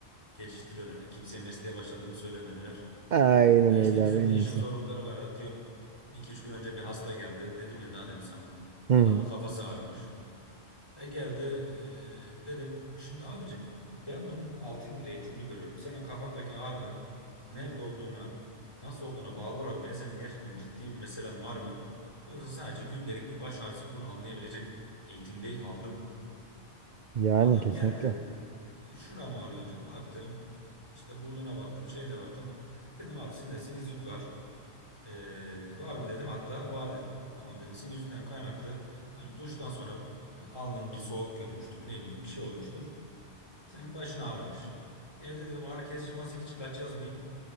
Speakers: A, on the left; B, on the right.
A: Geçiştiriyorlar. Yani kimseye mesleğe başladığımı söylemediler.
B: Aynen
A: Ya
B: öyle
A: işte bizim
B: abi en
A: de
B: iyisi.
A: işin zorlukları var. Atıyorum iki üç gün önce bir hasta geldi. Dedim ya daha demin sana.
B: Hı
A: Adamın
B: hı.
A: kafası ağrımış. E geldi e, dedim şimdi abicim ben bunun 6 yıldır eğitimini görüyorum. Senin kafandaki ağrının nerede olduğuna nasıl olduğuna bağlı olarak ben senin gerçekten ciddi bir meselen var mı? Yoksa sadece gündelik bir baş ağrısı mı? bunu anlayabilecek eğitimde aldım.
B: Yani
A: Adam
B: kesinlikle.
A: geldi e, şuram ağrıyor hocam baktım işte burnuna baktım şeyine baktım. Dedim abi sizin de sinüzit var. Ee, var mı dedim hatta var dedi. Tamam dedim sinüzitten kaynaklı hani duştan sonra bir alnın bir soğuk görmüştür ne bileyim bir şey olmuştur. Senin başın ağrımış. Evde dedim ağrı kesici masası hiç ilaç yazmayayım.